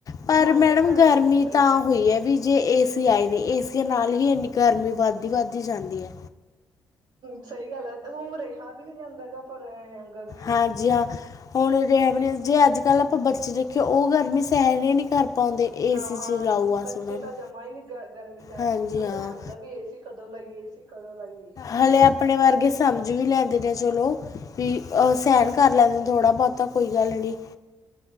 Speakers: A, on the right (about 70°); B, on the left (about 45°).
A: ਬਿਮਾਰੀ
B: ਪਰ ਮੈਡਮ,
A: ਦਾ ਘਰ
B: ਗਰਮੀ
A: ਹੀ ਹੈ ਇੱਕ ਏਸੀ
B: ਤਾਂ ਹੋਈ ਏ ਵੀ। ਜੇ ਏਸੀ ਆਏ ਨੇ, ਏਸੀਆਂ ਨਾਲ ਹੀ ਏਨੀ ਗਰਮੀ ਵਾਦੀ- ਵਾਦੀ ਜਾਂਦੀ ਏ।
A: ਸਈ ਗਲ ਏ, ਤੇ ਉ ਰੇਹਾ ਵੀ ਨੀ ਜਾਂਦਾ ਹੇਗਾ। <unintelligible> ਪਰ ਇਹ ਹੈਗਾ
B: ਹਾਂਜੀ ਹਾਂ, ਹੁਣ <unintelligible> ਜੇ ਅੱਜ ਕੱਲ ਅਪਾਂ ਬੱਚੇ ਦੇਖੇ, ਔ ਗਰਮੀ ਸੈਨ ਹੀ ਨੀ ਕਰ ਪਾਉਂਦੇ। ਏ
A: ਹਾਂ
B: ਸੀ 'ਚ
A: ਹਾਂ,
B: ਲਾਓ ਬਸ
A: ਬੱਚੇ
B: ਉਹਨਾਂ
A: ਤਾਂ
B: ਨੂੰ
A: ਜਮਾਂ ਈ ਨੀ ਗ-ਗਰਮੀ
B: ਹਾਂਜੀ
A: ਪਾਉਂਦੇ, ਔ
B: ਹਾਂ
A: ਤਾਂ ਐਂ ਹੁੰਦਾ ਵੀ ਏਸੀ ਕਦੋਂ ਲਾਈਏ, ਏਸੀ ਕਦੋਂ ਲਾਈਏ।
B: ਹਲੇੇ ਆਪਣੇ ਵਰਗੇ ਸਮਝ ਵੀ ਲੈਂਦੇ ਨੇ ਚਲੋ, ਵੀ ਸੈਨ ਕਾਰ ਲੈਂਦੇ ਨੇ ਥੋੜ੍ਹਾ- ਬੌਤਾ। ਕੋਈ ਗਲ ਨੀ।